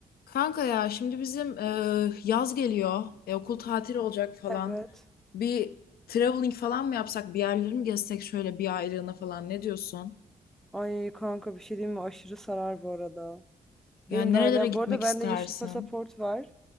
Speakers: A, on the left (about 75°); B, in the centre.
A: Kanka ya şimdi bizim e, yaz geliyor. E, okul tatili olacak falan.
B: Evet.
A: Bir traveling falan mı yapsak? Bir yerleri mi gezsek şöyle bir aylığına falan ne diyorsun?
B: Ay kanka bir şey diyeyim mi? Aşırı sarar bu arada. Benim
A: Yani
B: de
A: nerelere
B: hala.
A: gitmek
B: Bu arada bende
A: istersin?
B: yeşil pasaport var.